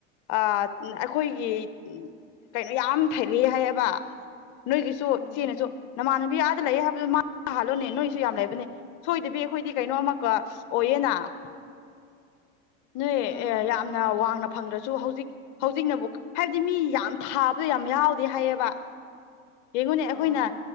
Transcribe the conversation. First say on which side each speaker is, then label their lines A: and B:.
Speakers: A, on the left; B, on the left.
A: ꯑꯩꯈꯣꯏꯒꯤ ꯀꯩꯅꯣ ꯌꯥꯝ ꯊꯩꯂꯤ ꯍꯥꯏꯌꯦꯕ ꯅꯣꯏꯒꯤꯁꯨ
B: ꯎꯝ
A: ꯏꯆꯦꯅꯁꯨ ꯅꯃꯥꯟꯅꯕꯤ ꯂꯩ ꯍꯥꯏꯕꯗꯨ ꯃꯥꯅ ꯍꯥꯜꯂꯣꯅꯦ ꯅꯣꯏꯁꯨ ꯌꯥꯝ ꯂꯩꯕꯅꯦ ꯁꯣꯏꯗꯕꯤ ꯑꯩꯈꯣꯏꯗꯤ ꯀꯩꯅꯣ ꯑꯃꯛꯀ ꯑꯣꯏꯌꯦꯅ ꯅꯣꯏ ꯑꯦ
B: ꯎꯝ
A: ꯌꯥꯝꯅ ꯋꯥꯡꯅ ꯐꯪꯗ꯭ꯔꯁꯨ ꯍꯧꯖꯤꯛ ꯍꯧꯖꯤꯛꯅꯕꯨ ꯍꯥꯏꯕꯗꯤ ꯃꯤ ꯌꯥꯝ ꯊꯥꯕꯗꯣ ꯌꯥꯝ ꯌꯥꯎꯗꯦ ꯍꯥꯏꯌꯦꯕ ꯌꯦꯡꯉꯣꯅꯦ ꯑꯩꯈꯣꯏꯅ
B: ꯑꯥ